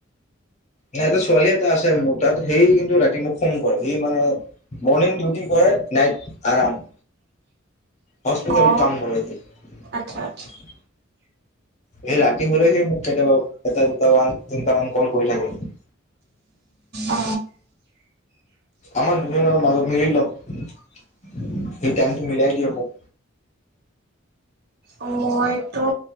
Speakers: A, on the left; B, on the right.
A: নাই এটা ছোৱালী এটা আছে মোৰ তাত সেই কিন্তু ৰাতি মোক ফোন কৰে সি মানে- মৰনিং ডিউটি কৰে, নাইট আৰাম হস্পিতালত
B: অ
A: কাম কৰে এতিয়া।
B: আচ্ছা আচ্ছা
A: সি ৰাতি হ'লে সি মোক কেতিয়াবা এটা দুটা মান তিনিটা মান কল কৰি থাকে মোক।
B: অহ
A: আমাৰ দুজনৰ মাজত মিলি ল'ও। এই টাইম টো মিলাই দিয় মোক
B: অ মইতো